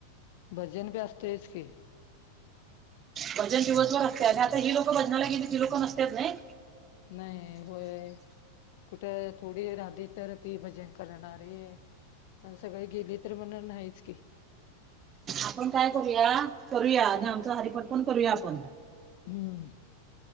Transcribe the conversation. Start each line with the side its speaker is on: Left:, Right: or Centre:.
Left: भजन बी असतंयच की
Right: भजन दिवसभर असते आणि आता ही लोक भजनाला गेली ती लोक नसत नाही
Left: नाही होय कुठं थोडी आधी तर ती भजन करणारी सगळे गेले तर म्हण नाहीच की
Right: आपण काय करूया करूया आणि आमचं हरिपाट पण करूया आपण
Left: हम्म